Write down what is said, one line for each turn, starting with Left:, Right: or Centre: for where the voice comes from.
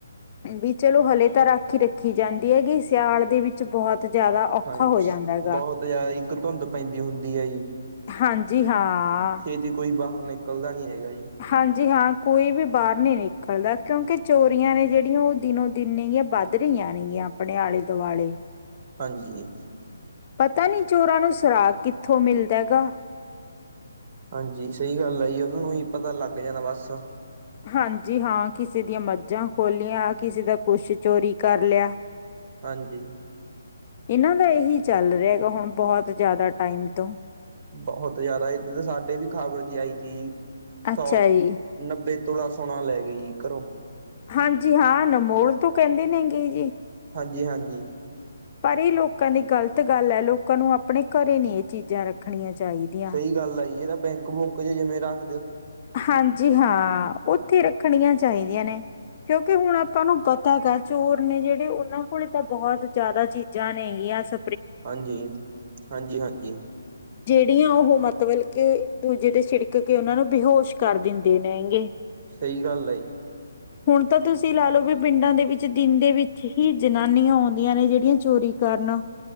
Left: ਵੀ ਚਲੋ ਹਲੇ ਤਾਂ ਰਾਖੀ ਰੱਖੀ ਜਾਂਦੀ ਹੈਗੀ ਸਿਆਲ ਦੇ ਵਿੱਚ ਬਹੁਤ ਜ਼ਿਆਦਾ ਔਖਾ
Right: ਹਾਂਜੀ
Left: ਹੋ ਜਾਂਦਾ ਹੈਗਾ।
Right: ਬਹੁਤ ਜ਼ਿਆਦਾ ਇੱਕ ਧੁੰਦ ਪੈਂਦੀ ਹੁੰਦੀ ਹੈ ਜੀ
Left: ਹਾਂਜੀ ਹਾਂ
Right: ਛੇਤੀ ਕੋਈ ਬਾਹਰ ਨਿਕਲਦਾ ਨਹੀਂ ਹੈਗਾ ਜੀ
Left: ਹਾਂਜੀ ਹਾਂ ਕੋਈ ਵੀ ਬਾਹਰ ਨੀ ਨਿਕਲਦਾ ਕਿਉਂਕਿ ਚੋਰੀਆਂ ਨੇ ਜਿਹੜੀਆਂ ਉਹ ਦਿਨੋ ਦਿਨ ਨੇਗੀਆਂ ਵੱਧ ਰਹੀਆਂ ਨੇਗੀਆਂ ਆਪਣੇ ਆਲੇ ਦੁਆਲੇ
Right: ਹਾਂਜੀ
Left: ਪਤਾ ਨੀ ਚੋਰਾਂ ਨੂੰ ਸੁਰਾਖ ਕਿੱਥੋਂ ਮਿਲਦਾ ਗਾ
Right: ਹਾਂਜੀ ਸਹੀ ਗੱਲ ਆ ਜੀ ਉਹਨਾਂ ਨੂੰ ਹੀ ਪਤਾ ਲੱਗ ਜਾਣਾ ਬਸ
Left: ਹਾਂਜੀ ਹਾਂ ਕਿਸੇ ਦੀਆਂ ਮੱਝਾਂ ਖੋਲ੍ਹੀਆਂ ਕਿਸੇ ਦਾ ਕੁਛ ਚੋਰੀ ਕਰ ਲਿਆ
Right: ਹਾਂਜੀ
Left: ਇਹਨਾਂ ਦਾ ਇਹੀ ਚੱਲ ਰਿਹਾ ਗਾ ਹੁਣ ਬਹੁਤ ਜ਼ਿਆਦਾ ਟਾਈਮ ਤੋਂ
Right: ਬਹੁਤ ਜਿਆਦਾ ਸਾਡੇ ਵੀ ਖ਼ਬਰ ਜੀ ਆਈ ਤੀ
Left: ਅੱਛਾ
Right: ਸੌ
Left: ਜੀ
Right: ਨੱਬੇ ਤੋਲਾ ਸੋਣਾ ਲੈ ਗਏ ਜੀ ਘਰੋਂ
Left: ਹਾਂਜੀ ਹਾਂ ਅਨਮੋਲ ਤੋਂ ਕਹਿੰਦੇ ਨੇ ਗੇ ਜੀ
Right: ਹਾਂਜੀ ਹਾਂਜੀ
Left: ਪਰ ਇਹ ਲੋਕਾਂ ਦੀ ਗ਼ਲਤ ਗੱਲ ਹੈ ਲੋਕਾਂ ਨੂੰ ਆਪਣੇ ਘਰੇ ਨੀ ਇਹ ਚੀਜ਼ਾਂ ਰੱਖਣੀਆਂ ਚਾਹੀਦੀਆਂ
Right: ਸਹੀ ਗੱਲ ਆ ਜੀ ਏ ਤਾਂ ਬੈਂਕ ਬੁਕ ਜਿਵੇਂ ਰੱਖ
Left: ਹਾਂਜੀ ਹਾਂ ਉੱਥੇ ਰੱਖਣੀਆਂ ਚਾਹੀਦੀਆਂ ਨੇ ਕਿਉਂਕਿ ਹੁਣ ਆਪਾਂ ਨੂੰ ਪਤਾ ਗ ਚੋਰ ਨੇ ਜਿਹੜੇ ਉਹਨਾਂ ਕੋਲ ਤਾਂ ਬਹੁਤ ਜ਼ਿਆਦਾ ਚੀਜ਼ਾਂ ਨੇਗੀਆਂ ਸ
Right: ਹਾਂਜੀ ਹਾਂਜੀ ਹਾਂਜੀ
Left: ਜਿਹੜੀਆਂ ਉਹ ਮਤਲਬ ਕਿ ਦੂਜੇ ਦੇ ਛੜਕ ਕੇ ਉਹਨਾਂ ਨੂੰ ਬੇਹੋਸ਼ ਕਰ ਦਿੰਦੇ ਨੇਗੇ
Right: ਸਹੀ ਗੱਲ ਆ ਜ
Left: ਹੁਣ ਤਾਂ ਤੁਸੀਂ ਲਾ ਲਓ ਵੀ ਪਿੰਡਾਂ ਦੇ ਵਿੱਚ ਦਿਨ ਦੇ ਵਿੱਚ ਹੀ ਜਨਾਨੀਆਂ ਆਉਂਦੀਆਂ ਨੇ ਜਿਹੜੀਆਂ ਚੋਰੀ ਕਰਨ